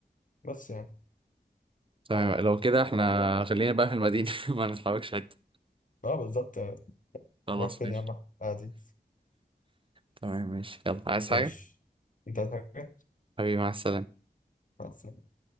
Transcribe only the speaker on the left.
بس يعني
أه بالظبط
نروح فين
يا عم عادي
<laughs>
ماشي أنت عايز حاجة؟
مع السلامة.